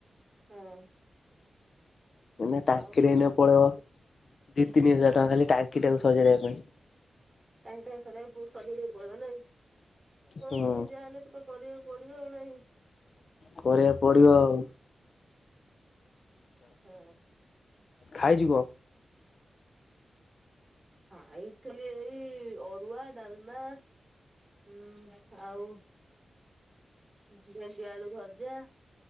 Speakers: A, on the right (about 25°); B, on the left (about 60°).
A: ହଁ।
B: ଏଇନା ଟାଙ୍କିରେ
A: ଆଉ କଣ
B: ଏଇନା ପଳେଇବ। ଦି ତିନି ହଜାର ଟଙ୍କା ଖାଲି ଟାଙ୍କି ଟାକୁ ସଜାଡିବା ପାଇଁ।
A: ତାଙ୍କ ତାଙ୍କ ସଜଡି ସଜାଡି ବାକୁ ପଡିବ ନାଇଁ। ଆ କଣ
B: ହୁଁ
A: କରିବି ଯାହାହେଲେ ବି ତ କରିବାକୁ ପଡିବ ଆଉ ନାହିଁ।
B: କରିବାକୁ ପଡିବ ଆଉ।
A: ହଁ।
B: ଖାଇଯିବ।
A: ଖାଇଥିଲି ଏଇ ଅରୁଆ ଡାଲମା। ହୁଁ ଆଉ ଭେଣ୍ଡିଆଳୁ ଭଜା।